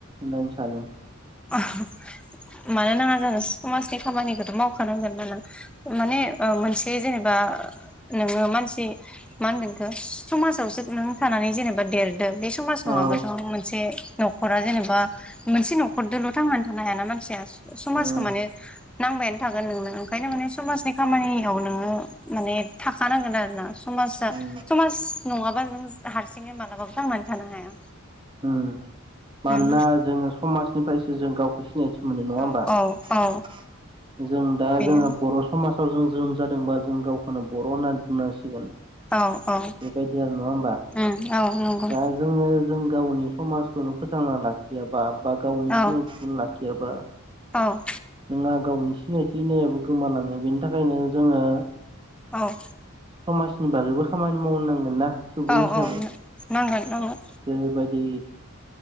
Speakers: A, on the right (about 25°); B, in the centre.
A: नों सानो।
B: आह औमानो नाङा जों समाजनि खामानिखौथ' मावखानांगोनना नों। माने ओ मोनसे जेनेबा नोङो मानसि मा होनदों एखो समाजावसो नों थानानै जेनेबा देरदों। बे समाज नङाबाथ'
A: औ
B: मोनसे न'खरा जेनेबा मोनसे नख हरदोल' थांनानै थानो हायाना मानसिया <unintelligible>
A: उम
B: समाजखौ माने नांबायानो थागोन नोंनो ओंखायनो माने समाजनि खामानियाव नोङो माने थाखानांगोन आरो ना समाजा
A: उम
B: समाज नङाबा नों हारसिङै मालाबाबो थांनानै थानो हाया
A: उम मानोना
B: उम
A: जोङो समाजनिफ्रायसो जों गावखो स सिनायथि मोनो नङा होमबा
B: औ
A: उम
B: औ औ
A: उम जों दा
B: बेनो
A: जोङो बर' समाज फावजों जों जादोंबा जों गावखोनो बर' होनना बुंनांसिगोन
B: औ औ
A: बेबायदि आरो नङा होमबा
B: उम औ नंगौ।
A: दा जोङो जों गावनि समाजखौनो फोथांना लाखियाबा बा गावनि
B: औ
A: सिनायथिखौनो लाखियाबा
B: औ
A: जोंहा गावनि सिनायथि होननायाबो गोमालाङो बेनि थाखायनो जोङो
B: औ
A: समाजनि बागैबो खामानि मावनांगोन ना सुबुं
B: औ
A: हिसाबै
B: औ
A: <unintelligible>
B: नांगोन नांगोन
A: जेरैबायदि